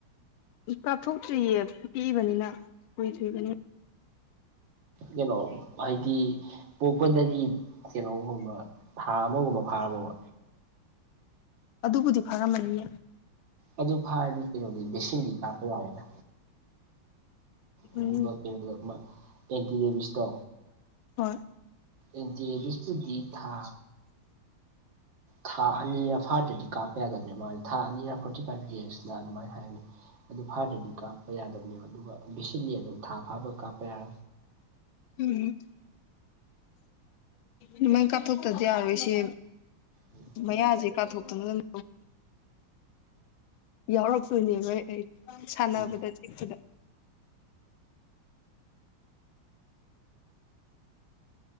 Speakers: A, on the left (about 75°); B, on the right (about 65°).
A: ꯀꯥꯞꯊꯣꯛꯇ꯭ꯔꯤꯌꯦ ꯄꯤꯛꯏꯕꯅꯤꯅ ꯀꯨꯏꯗ꯭ꯔꯤꯕꯅꯤꯅ
B: ꯀꯩꯅꯣ ꯍꯥꯏꯩꯗꯤ ꯄꯣꯛꯄꯗꯒꯤ ꯀꯩꯅꯣꯒꯨꯝꯕ ꯊꯥ ꯑꯃꯒꯨꯝꯕ ꯐꯥꯒꯕ
A: ꯑꯗꯨꯕꯨꯗꯤ ꯐꯔꯝꯃꯅꯤꯌꯦ
B: ꯑꯗꯨ ꯐꯥꯔꯗꯤ ꯀꯩꯅꯣꯗꯤ ꯕꯦꯁꯤꯟꯗꯤ ꯀꯥꯞꯄ ꯌꯥꯏꯦꯅ
A: ꯎꯝ
B: ꯑꯗꯨꯒ ꯀꯩꯅꯣꯗ ꯃꯥ ꯑꯦꯟꯇꯤ ꯔꯦꯕꯤꯁꯇꯣ
A: ꯍꯣꯏ
B: ꯏꯟꯇ ꯕꯤꯁꯨꯗꯤ ꯊꯥ ꯊꯥ ꯑꯅꯤꯒ ꯐꯥꯗ꯭ꯔꯗꯤ ꯀꯥꯞꯄ ꯌꯥꯗꯕꯅꯦ ꯃꯥꯦ ꯊꯥ ꯑꯅꯤꯒ ꯐꯣꯔꯇꯤ ꯐꯥꯏꯚ ꯗꯦꯁꯅ ꯑꯗꯨꯃꯥꯏꯅ ꯍꯥꯏꯅꯤ ꯑꯗꯨ ꯐꯥꯗ꯭ꯔꯗꯤ ꯀꯥꯞꯄ ꯌꯥꯗꯕꯅꯦꯕ ꯑꯗꯨꯒ ꯕꯦꯁꯤꯟꯗꯤ ꯑꯗꯨꯝ ꯊꯥ ꯐꯥꯕ ꯀꯥꯞꯄ ꯌꯥꯔ
A: ꯎꯝ ꯑꯗꯨꯃꯥꯏ ꯀꯥꯞꯊꯣꯛꯇꯗꯤ ꯌꯥꯔꯣꯏꯁꯦ
B: ꯎꯝ
A: ꯃꯌꯥꯁꯦ ꯀꯥꯞꯊꯣꯛꯇꯅ ꯌꯥꯎꯔꯛꯇꯣꯏꯅꯦꯕ ꯑꯩ ꯁꯥꯟꯅꯕꯗ
B: ꯎꯝ
A: ꯆꯤꯛꯄꯗ